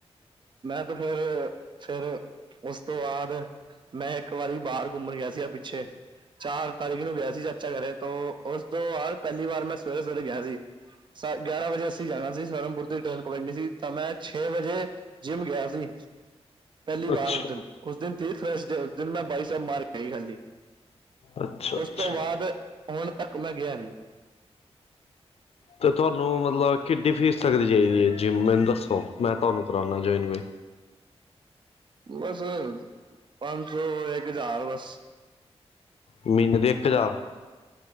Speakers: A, on the right (about 45°); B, on the left (about 65°).
A: ਮੈਂ ਤੇ ਫੇਰ, ਫੇਰ ਉਸ ਤੋਂ ਬਾਅਦ ਮੈਂ ਇੱਕ ਵਾਰੀ ਬਾਹਰ ਘੁੰਮਣ ਗਿਆ ਸੀਗਾ ਪਿੱਛੇ ਚਾਰ ਤਾਰੀਖ ਨੂੰ ਗਿਆ ਸੀ। ਚਾਚਾ ਕਰੇ ਤੋਂ ਉਸ ਦ ਵਾਰ ਪਹਿਲੀ ਵਾਰ ਮੈਂ ਸਵੇਰੇ-ਸਵੇਰੇ ਗਿਆ ਸੀ। ਗਿਆਰਾਂ ਵਜੇ ਅਸੀਂ ਜਾਣਾ ਸੀ ਸਹਰਮਪੁਰ ਟਰੇਨ ਪਕੜਣੀ ਸੀ ਤਾਂ ਮੈਂ ਛੇ ਵਜੇ ਜਿੰਮ ਗਿਆ ਸੀ। ਪਹਿਲੀ ਵਾਰ
B: ਅੱਛਾ
A: ਉਸ ਦਿਨ ਉਸ ਦਿਨ ਥੀ ਥਰਸਡੇ ਉਸ ਦਿਨ ਮੈਂ ਬਾਈਸੇਪ ਮਾਰ ਕੇ ਆਈ ਖਾਲੀ
B: ਅੱਛਾ
A: ਉਸ
B: ਅੱਛਾ
A: ਤੋਂ ਬਾਅਦ ਹੁਣ ਤੱਕ ਮੈਂ ਗਿਆ ਨੀ
B: ਤੇ ਤੁਹਾਨੂੰ ਮਤਲਬ ਕਿੱਡੀ ਫੀਸ ਤੱਕਦੀ ਚਾਹੀਦੀ ਐ ਜਿੰਮ, ਮੈਨੂੰ ਦੱਸੋ ਮੈਂ ਤੁਹਾਨੂੰ ਕਰਾਣਾ ਜੁਆਇਨ ਬਈ
A: ਬੱਸ ਪੰਜ ਸੌ-ਇੱਕ ਹਜ਼ਾਰ ਬਸ
B: ਮਹੀਨੇ ਦੇ ਇੱਕ ਹਜ਼ਾਰ